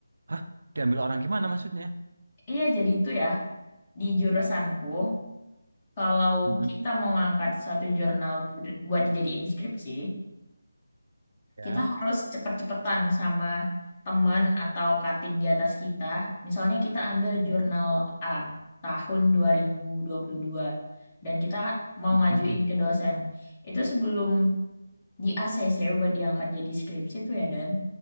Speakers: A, on the right; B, on the left.
A: hah? Diambil orang gimana maksudnya?
B: Iya, jadi itu ya, di jurusanku. Kalau
A: Mm-mm.
B: kita mau ngangkat satu jurnal bud- buat dijadiin skripsi,
A: Ya.
B: kita harus cepet-cepetan sama temen atau cutting di atas kita. Misalnya kita ambil jurnal A tahun dua dua ribu dua puluh dua dan kita mau
A: Mm-mm.
B: ngajuin ke dosen. Itu sebelum di ACC buat diangkat jadi skripsi tuh ya Dan,